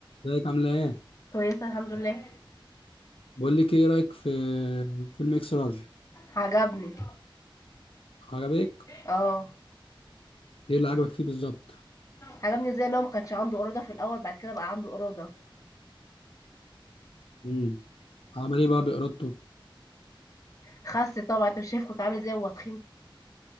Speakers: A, on the left; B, on the left.
A: ازيك عاملة ايه؟
B: كويسة الحمد لله
A: بقول لك ايه رأيك في فيلم اكس لارج؟
B: عجبني
A: عجبك؟
B: اه
A: ايه اللي عجبك فيه بالظبط؟
B: عجبني ازاي ان هو ما كانش عنده إرادة في الأول بعد كده بقى عنده إرادة
A: امم عمل ايه بقى بإرادته؟
B: خس طبعا انت مش شايف كنت عامل ازاي وهو تخين